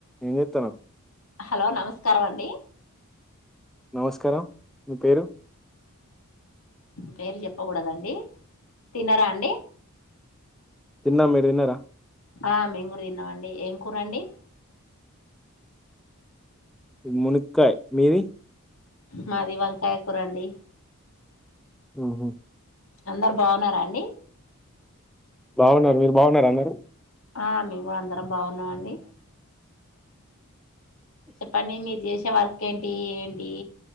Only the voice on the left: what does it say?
హలో నమస్కారం అండి
పేరు చెప్పకూడదండి తినరా అండి
ఆ మెంగూడ తిన్నామండి ఏం కూరండి
మాది వంకాయ కూరండి
అందరు బాగున్నారా అండి
ఆ మేము అందరం బాగున్నాం అండి చెప్పండి మీరు చేసే వర్క్ ఏంటి ఏంటి